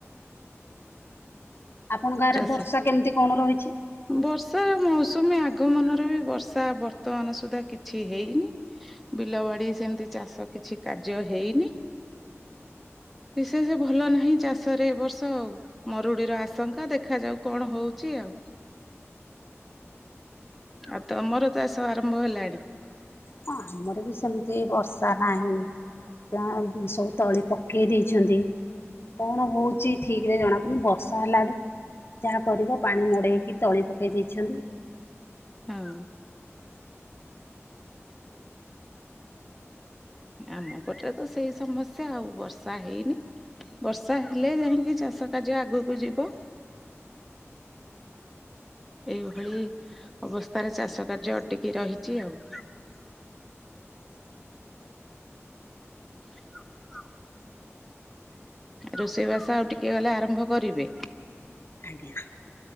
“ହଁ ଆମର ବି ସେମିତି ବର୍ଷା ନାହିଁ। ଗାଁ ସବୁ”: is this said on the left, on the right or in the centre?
Left